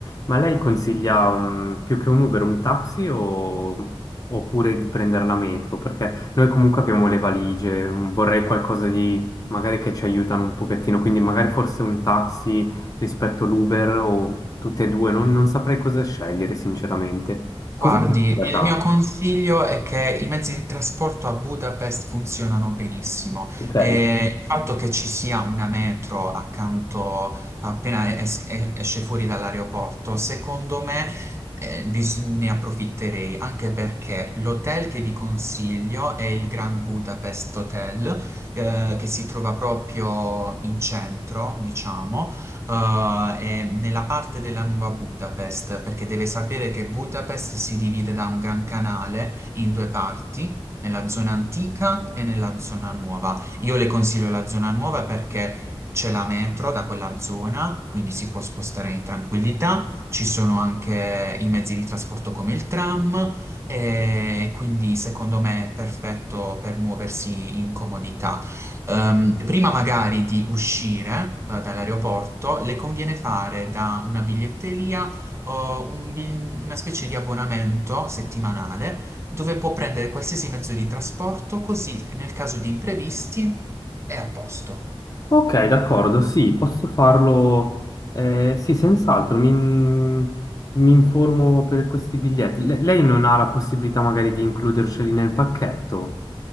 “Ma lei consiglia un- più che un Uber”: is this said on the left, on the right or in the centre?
Left